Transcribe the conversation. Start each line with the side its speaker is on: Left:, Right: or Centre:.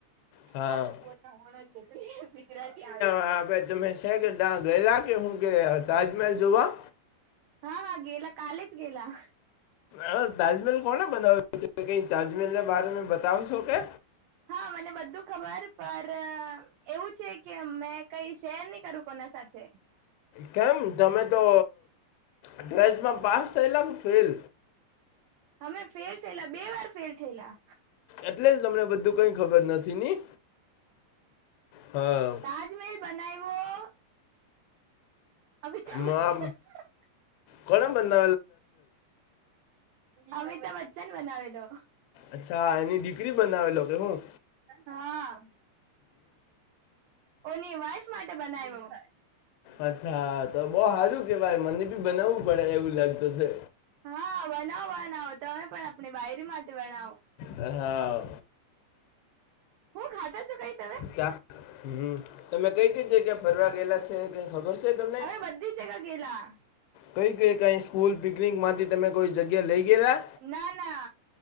Left: હા
Right: કો બ બોટ ના હોણ જ છેત દીકરા.
Left: હા ભાઈ તમે છે કે ત્યાં ગયેલા કે હું કે તાજમહેલ જોવા.
Right: હા હા ગેલા કાલે જ ગેલા.
Left: હ તાજમહેલ કોને બનાવેલો છે કઈ તાજમહેલ ના બારે મે બતાવશો કે.
Right: હા મને બધું ખબર પર એવું છે કે મેં કઈ શેર નહી કરું કોના સાથે.
Left: કેમ તમે તો ટ્વેલ્થમાં પાસ થયેલા ફેલ.
Right: અમે ફેલ થયેલા બે વાર ફેલ થયેલા.
Left: એટલે જ તમને બધું કંઈ ખબર નથી ની હા
Right: <unintelligible> તજમેહેલ બનાવ્યો અમિતાભ
Left: મા
Right: બચ્ચન
Left: કોને બના
Right: અમિતાભ બચ્ચન બનાવેલો.
Left: અચ્છા એની દીકરી બનાવેલો કે હું.
Right: હા. ઓની વાઈફ માટે બનાવ્યો.
Left: અચ્છા તો બઉ હારું કેવાય મને બી બનાવવું પડે એવું લાગતું છે.
Right: હા વનાવો વનાવો તમે પણ આપણી બાયરીમાંથી વનાવો.
Left: હા.
Right: હું ખાતા છો કઈ તમે.
Left: ક્યાં હમ્મ તમે કે કે જગ્યા ફરવા ગયેલા છે કઈ ખબર છે તમને?
Right: અમે બધી જગા ગેલા
Left: કઈ કઈ કઈ સ્કૂલ પિકનિક માંથી તમે કોઈ જગ્યા લઈ ગયેલા.
Right: ના ના